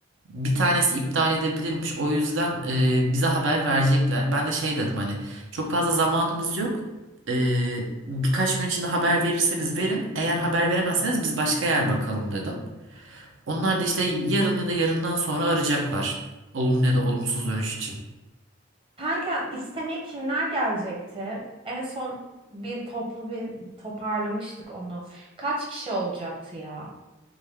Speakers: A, on the right; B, on the right.
A: bir tanesi iptal edebilirmiş. O yüzden e, bize haber verecekler. Ben de şey dedim hani çok fazla zamanımız yok. Ee, birkaç gün içinde haber verirseniz verin. Eğer haber veremezseniz biz başka yer bakalım dedim. Onlar da işte yarın ya da yarından sonra arayacaklar. Olumlu ya da olumsuz dönüş için.
B: Kanka istemeye kimler gelecekti? En son bir toplu bir toparlamıştık onu. Kaç kişi olacaktı ya?